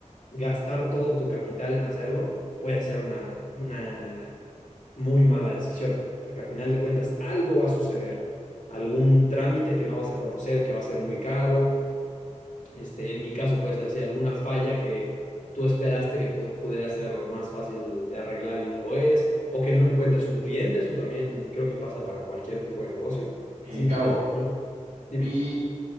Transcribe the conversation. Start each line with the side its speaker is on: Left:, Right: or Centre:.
Left: gastar todo tu capital en hacerlo puede ser una, una muy mala decisión, porque al final de cuentas algo va a suceder algún trámite que no vas a conocer, que va a ser muy caro. Este, en mi caso puede ser si alguna falla que tú esperaste que pu- pudiera ser más fácil de arreglar y no lo es, o que no encuentres un cliente, eso también creo que pasa para cualquier tipo de negocio, que
Right: Eh,
Left: simplemente
Right: Gabo,
Left: no- Dime,
Right: y